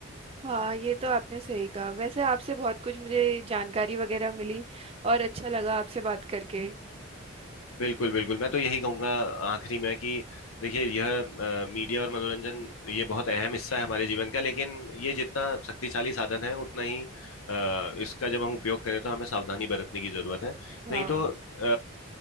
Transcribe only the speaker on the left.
बिल्कुल बिल्कुल मैं तो यही कहूंगा आखिरी में कि देखिए यह अ, मीडिया और मनोरंजन ये बहुत अहम हिस्सा है हमारे जीवन का लेकिन ये जितना शक्तिशाली साधन है उतना ही अ, इसका जब हम उपयोग करें तो हमें सावधानी बरतने की जरूरत है
नहीं तो अ,